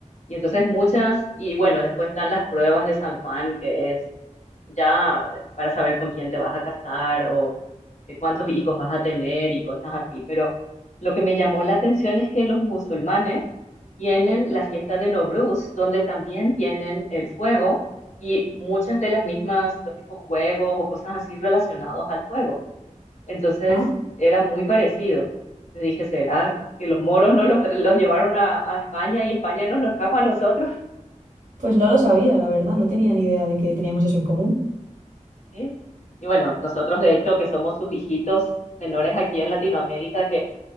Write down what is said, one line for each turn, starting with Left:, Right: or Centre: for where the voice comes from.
Left: Y entonces muchas, y bueno, después están las pruebas de San Juan, que es ya eh, para saber con quién te vas a casar o eh, cuántos hijos vas a tener y cosas así, pero lo que me llamó la atención es que los musulmanes tienen la fiesta de Novruz, donde también tienen el fuego y muchas de las mismas, los mismos juegos o cosas así relacionados al fuego. Entonces
Right: ah.
Left: era muy parecido. Le dije, ¿será que los moros no los, tra- los llevaron a, a España y España nos los trajo a nosotros?
Right: Pues no lo sabía, la verdad, no tenía ni idea de que teníamos eso en común.
Left: <laughs> ¿Sí? Y bueno, nosotros de hecho que somos sus hijitos menores aquí en Latinoamérica, que